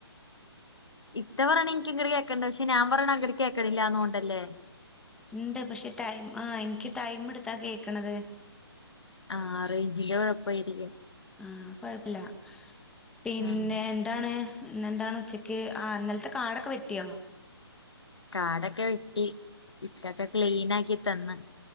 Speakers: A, on the left; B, in the centre.
A: ഇത്ത പറയ്ണെൻക്ക് ഇങ്ങ്ട് കേക്ക്‌ൺണ്ട് പക്ഷെ ഞാൻ പറിണ അങ്ങ്ട്ട് കേക്കണില്ലാന്നോൺണ്ടലെ
B: ഉണ്ട് പക്ഷെ ടൈമ് ആഹ് ഇൻക്ക് ടൈമിടുത്ത കേക്ക്‌ണത്
A: ആഹ് റെയ്ഞ്ചിന്റെ കൊഴപ്പായിരിക്കും
B: ആഹ് കൊഴപ്പല്ല പിന്നെ
A: ഉം
B: ന്താണ് ഇന്നെന്താണ് ഉച്ചക്ക് ആഹ് ഇന്നൽത്തെ കാടൊക്കെ വെട്ടിയോ
A: കാടൊക്കെ വെട്ടി ഇറ്റൊക്കെ ക്ലീനാക്കി തന്ന്